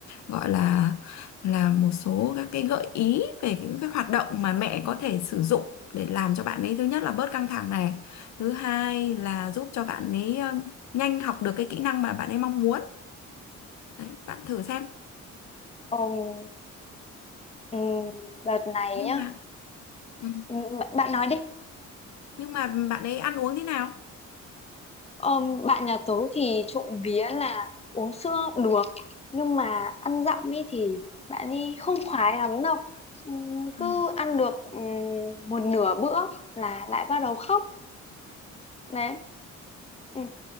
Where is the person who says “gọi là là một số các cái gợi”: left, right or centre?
Left